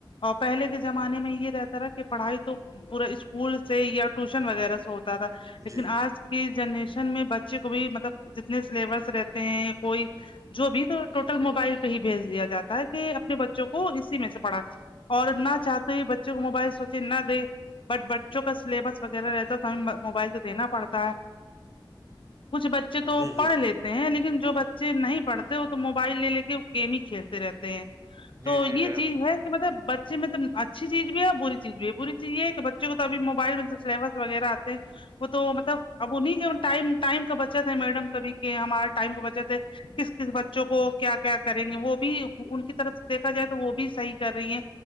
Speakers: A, on the left; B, on the right.
A: اور پہلے کے زمانے میں یہ رہتا تھاا کہ پڑھائی تو پورا اسکول سے یا ٹیوشن وغیرہ سے ہوتا تھا لیکن
B: جی
A: آج کی جنریشن میں بچے کو بھی مطلب جتنے سلیبس رہتے ہیں کوئی جو بھی تو ٹوٹل موبائل پہ ہی بھیج دیا جاتا ہے کہ اپنے بچوں کو اسی میں سے پڑھا اور نہ چاہتے بچوں کو موبائل سوچے نہ دے بٹ بچوں کا سلیبس وغیرہ رہتا تو ہمیں موبائل تو دینا پڑتا ہے کچھ بچے تو
B: جی جی
A: پڑھ لیتے ہیں لیکن جو ب بچے نہیں پڑھتے ہیں وہ تو موبائل لے لے کے گیم ہی کھیلتے رہتے ہیں
B: جی
A: تو
B: جی
A: یہ
B: میم
A: چیز ہے کہ مطلب بچ میں تو اچھی چیز بھی ہے اور بری چیز ہے بری چیز یہ ہے کہ بچے توبھی موبائل میں سلیبس وغیرہ آتے ہیں وہ تو مطلب اب وہ نہیں م ٹائم کا بچت ہے میڈم کبھی کہ ہمارے ٹائم کا بچت ہے کس کس بچوں کو کیا کیا کریں گے وہ بھی ان کی طرف دیکھا جائے تو وہ بھی صحیح کر رہی ہیں